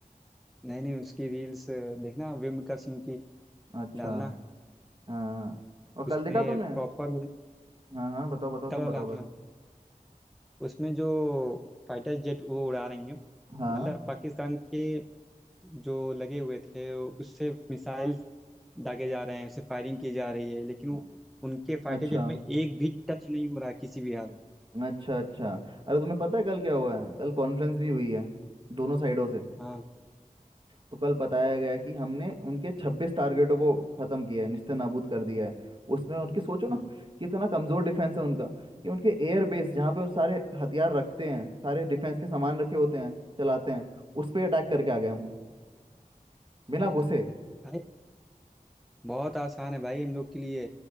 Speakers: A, in the centre; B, on the right.
A: नहीं नहीं उसकी रील्स देखना व्योमिका सिंह की
B: अच्छा
A: डालना
B: हाँ और कल
A: उसमें
B: देखा तुमने
A: प्रॉपर
B: हाँ हाँ बताओ बताओ
A: तल
B: तुम
A: वाला
B: बताओ कल
A: हाँ उसमें जो फाइटर जेट वो उड़ा रही हैं मतलब
B: हाँ
A: पाकिस्तान के जो लगे हुए थे उससे मिसाइल दागे जा रहे हैं उससे फायरिंग की जा रही है लेकिन
B: अ-
A: वो- उनके फाइटर
B: अच्छा
A: जेट में एक भी टच नहीं हो रहा किसी भी हाल
B: अच्छा अच्छा अरे तुम्हें पता है कल क्या हुआ है कल कॉन्फ्रेंस भी हुई है दोनों साइडों से
A: हाँ
B: तो कल बताया गया कि हमने उनके छब्बीस टारगेटों को खत्म किया है निस्ते नाबूद कर दिया है उसमें उनकी सोचो ना
A: हम्म,
B: कितना कमजोर डिफेंस है उनका कि उनके एयर बेस जहाँ पे वो सारे हथियार रखते हैं सारे डिफेंस के सामान रखे होते हैं चलाते हैं उस पर अटैक करके आ गए हम बिना
A: भाई
B: घुसे
A: तो भाई बहुत आसान है भाई हम लोग के लिए